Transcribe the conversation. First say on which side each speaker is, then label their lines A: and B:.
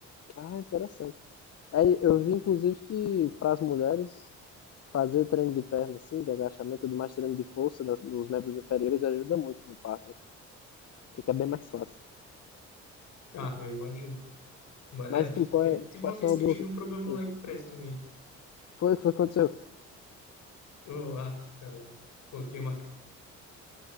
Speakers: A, on the left; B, on the left.
A: Ah, interessante. Aí eu vi, inclusive, que para as mulheres fazer treino de perna, assim, de agachamento e tudo mais, treino de força das- dos membros inferiores ajuda muito no parto, né? Fica bem mais fácil.
B: Ah, eu imagino. Mas,
A: Mas
B: é,
A: tu, qual
B: te-
A: é-
B: teve
A: quais
B: uma vez
A: são alguns.
B: que eu tive um problema no
A: Hum,
B: leg press também.
A: Foi o que foi que aconteceu?
B: Eu, ah, cara, eu coloquei uma